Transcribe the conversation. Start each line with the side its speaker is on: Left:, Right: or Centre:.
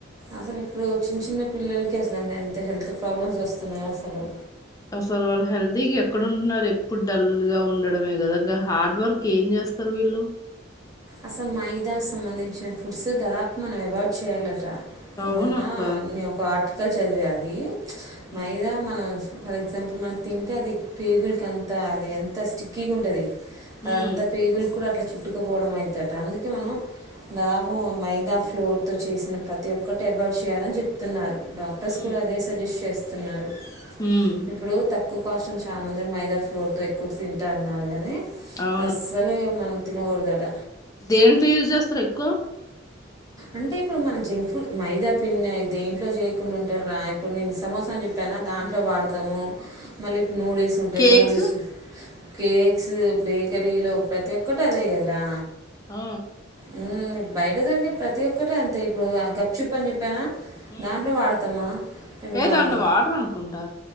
Right: అసలు ఇప్పుడు చిన్న చిన్న పిల్లలకి అసలు ఎంత హెల్త్ ప్రాబ్లమ్స్ వస్తున్నాయి అసలు
Left: అసలు వాళ్ళు హెల్దీ ఎక్కడ ఉంటున్నారు ఎప్పుడు డల్ గా ఉండడమే గదా గ హార్డ్ వర్క్ ఏం చేస్తారు వీళ్ళు
Right: అసలు మైదా కు సంబంధించిన ఫుడ్స్ దాపు మనం అవాయిడ్ చేయాలట
Left: అవునక్క
Right: ఏమన్నా నీ ఒక ఆట్ పక్కలు చదివే అది
Left: ఉమ్,
Right: మైదా మనస్ ఫర్ ఎగ్జాంపుల్ మనం తింటే అది పేగులకి అంతా అది ఎంత స్టిక్కీగా ఉంటది అది
Left: ఉమ్,
Right: అంత పేగులు కూడా అట్లా చుట్టుకు పోవడం మై థాట్ అందుకే మనం దాపు మైదా ఫ్లోర్తో చేసిన ప్రతి ఒక్కటి అవాయిడ్ చేయాలని చెప్తున్నారు డాక్టర్స్
Left: ఉమ్,
Right: కూడా అదే సజెస్ట్ చేస్ తున్నారు
Left: ఉమ్,
Right: ఇప్పుడు త ఎక్కువ కాస్ట్ అని చాల మంది మైదా ఫ్లోర్ తో ఎక్కువ తింటా అన్నారు గా
Left: అవును
Right: అసలే మనకు తినకూడదట
Left: దేంట్లో యూజ్ చేస్తారు ఎక్కువ
Right: అంటే ఇప్పుడు మన జంక్ ఫుడ్ మైదా పిండి అయితే దేంట్లో చేయకుండా ఉంటారా ఇప్పుడు నేను సమోసా అని చెప్పాను దాంట్లో వాడతాము మళ్ళీ నూడిల్స్ ఉంటాయి
Left: కేక్స్
Right: నూడిల్స్ కేక్స్ బేకరీలో ప్రతి ఒక్కటి అదే కదరా
Left: ఆ
Right: మ్మ్, బయట దొరికే ప్రతి ఒక్కటి అంతే ఇప్పుడు ఆ గప్ చుప్ అని చెప్పానా
Left: ఉ
Right: దాంట్లో వాడతామా ఇప్పుడు
Left: ఏ
Right: మనం
Left: దాంట్లో వాడరు అనుకుంటా